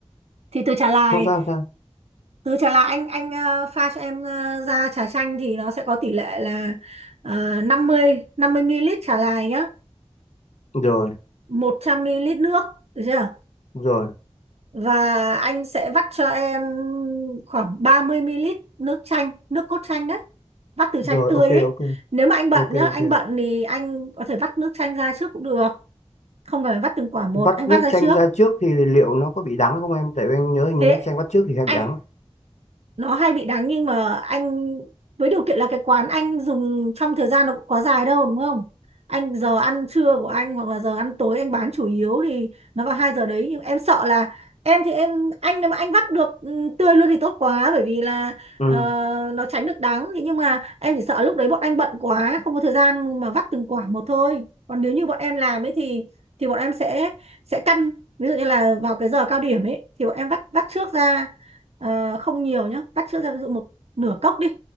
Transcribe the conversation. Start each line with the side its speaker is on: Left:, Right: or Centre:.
Right: thì từ trà lai
Left: không sao, không sao,
Right: từ trà lai anh anh ờ, pha cho em ờ, ra trà chanh thì nó sẽ có tỷ lệ là uh, 50 50 ml trà lai nhá
Left: rồi,
Right: 100 ml nước được chưa
Left: rồi,
Right: và anh sẽ vắt cho em khoảng 30 ml nước chanh nước cốt chanh đấy vắt từ
Left: rồi,
Right: chanh tươi
Left: ok,
Right: ấy
Left: ok,
Right: nếu mà anh bận
Left: ok,
Right: nhá anh
Left: ok.
Right: bận thì anh có thể vắt nước chanh ra trước cũng được không cần phải vắt từng quả một
Left: vắt
Right: anh vắt
Left: nước
Right: ra
Left: chanh
Right: trước
Left: ra trước thì liệu nó có bị đắng không em tại vì anh nhớ hình
Right: thế
Left: như nước chanh vắt trước thì hay
Right: anh
Left: bị đắng
Right: nó hay bị đắng nhưng mà anh với điều kiện là cái quán anh dùng trong thời gian nó cũng quá dài đâu đúng không anh giờ ăn trưa của anh hoặc là giờ ăn tối anh bán chủ yếu thì nó vào hai giờ đấy nhưng em sợ là em thì em anh nếu mà anh vắt được ừ, tươi luôn thì tốt quá bởi vì là
Left: ừ
Right: ờ, nó tránh được đắng thế nhưng mà em chỉ sợ lúc đấy bọn anh bận quá không có thời gian mà vắt từng quả một thôi còn nếu như bọn em làm ấy thì thì bọn em sẽ sẽ căn ví dụ như là vào cái giờ cao điểm ấy thì bọn em vắt vắt trước ra Ờ, không nhiều nhá vắt sữa ra ví dụ một nửa cốc đi